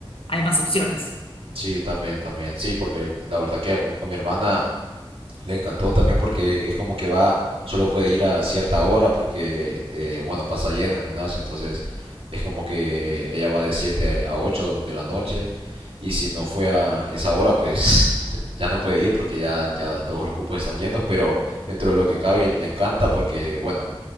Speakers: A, on the left; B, on the right.
A: hay más opciones.
B: sí, también, también, sí, porque la verdad que a, a mi hermana Le encantó también porque es como que va, solo puede ir a cierta hora porque, eh, bueno, pasa lleno el gimnasio, entonces es como que ella va de 7 a 8 de la noche y si no fue a esa hora, pues <laughs> ya no puede ir porque ya, ya todos los cupos están llenos, pero dentro de lo que cabe le encanta porque, bueno,